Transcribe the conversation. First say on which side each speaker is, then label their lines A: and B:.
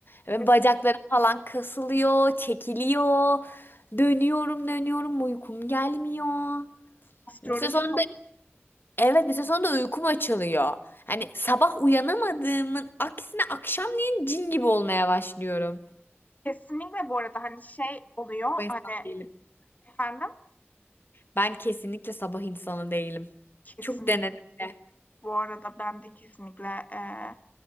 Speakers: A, on the left; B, on the left.
A: ve
B: kes
A: bacaklarım falan kasılıyor, çekiliyor. Dönüyorum, dönüyorum, uykum gelmiyor.
B: astroloji
A: Bir süre sonra da
B: ko
A: evet bir süre sonra da uykum açılıyor. Hani sabah uyanamadığımın aksine akşamleyin cin gibi olmaya başlıyorum.
B: kesinlikle bu arada, hani, şey oluyor,
A: O insan
B: hani
A: değilim.
B: Efendim?
A: Ben kesinlikle sabah insanı değilim.
B: Kesinlikle
A: Çok denedim de.
B: bu arada ben de kesinlikle, eee,